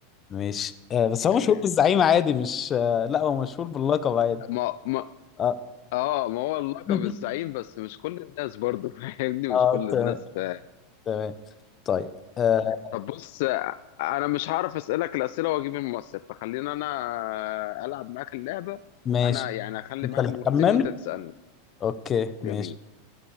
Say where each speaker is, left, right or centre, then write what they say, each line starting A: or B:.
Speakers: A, on the left; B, on the left.
A: ماشي آه بس هو
B: تمام
A: مشهور بالزعيم عادي مش آه لا هو مشهور باللقب عادي
B: ما ما
A: اه
B: اه ما هو اللقب
A: <laughs>
B: الزعيم بس مش كل الناس برضه <laughs> فاهمني مش
A: اه
B: كل
A: تمام
B: الناس فاهم
A: تمام طيب آه
B: طب بص آه، انا مش هعرف اسالك الاسئله واجيب الممثل فخلينا انا آه، العب معاك اللعبه
A: ماشي
B: انا يعني اخلي
A: انت
B: معاك
A: اللي
B: الممثل
A: هتخمن
B: وانت تسالني
A: اوكي ماشي
B: جميل